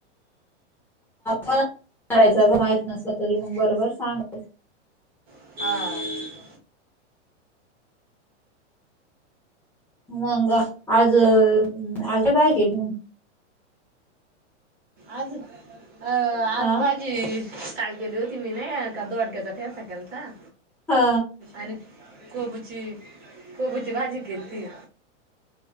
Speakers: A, in the centre; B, on the right (about 25°).
A: पण करायच माहत नसलं तरी मग बरोबर सांग
B: हम
A: मंग आज आज बाॅगल म
B: आज अ आज
A: हा
B: भाज अ काय केली होती मी नाही का दोडक्याचा ठ्यासा केलता
A: हा
B: आणि कोबूची कोबूची भाजी केन ती